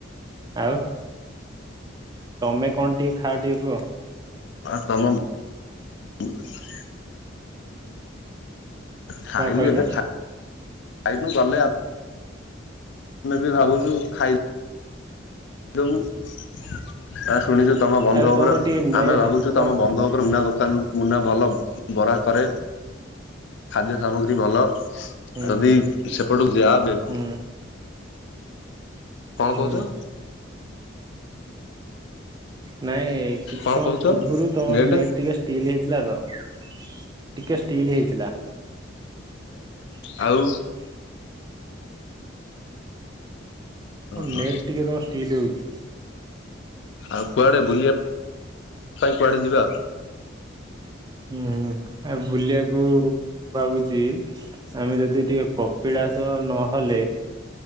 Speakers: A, on the right; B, on the left.
A: ଆଉ। ତମେ କଣ ଟିକେ ଖାଅ ଟିକେ କୁହ।
B: କମ। <unintelligible> ଖାଇନୁ
A: କଣ କହିଲ
B: ଏବେ ଖାଇବୁ ଗଲେ। ଆମେ ବି ଭାବୁଛୁ ଖାଇଦବୁ। ଲବୁ <unintelligible> ଶୁଣିଛୁ ତମ ବନ୍ଧ
A: ଆରେ
B: ଉପରେ
A: ତମର ଟିକେ ନେଟ୍
B: ଆମେ ଭାବୁଛୁ
A: ତ
B: ତମ ବନ୍ଧ ଉପରେ ମୁନା ଦୋକାନ ମୁନା ଭଲ ବରା କରେ ଖାଦ୍ୟ ସାମଗ୍ରୀ ଭଲ। ଆଉ
A: ହୁଁ
B: ଯଦି ସେପଟକୁ ଯାଆନ୍ତେ।
A: ହୁଁ
B: କଣ
A: ହୁଁ
B: କହୁଛ।
A: ନାଇଁ କିଛି
B: କଣ
A: ସମୟ
B: କହୁଛ
A: ପୂର୍ବରୁ ତମର
B: ନେଟ
A: ନେଟ୍ ଟିକେ ଷ୍ଟିଲ୍ ହେଇଥିଲା ତ। ଟିକେ ଷ୍ଟିଲ୍ ହେଇଥିଲା। <inaudible>
B: ଆଉ
A: କଣ
B: ଓହୋ
A: ନେଟ୍ ଟିକେ ତମ ଷ୍ଟିଲି ହଉଛି।
B: ଆଉ କୁଆଡେ ବୁଲିବା ପାଇଁ କୁଆଡେ ଯିବା
A: ହୁଁ ଆ ବୁଲିବାକୁ ମୁଁ ଭାବୁଛି ଆମେ ଯଦି ଟିକେ କପିଳାସ। ନହେଲେ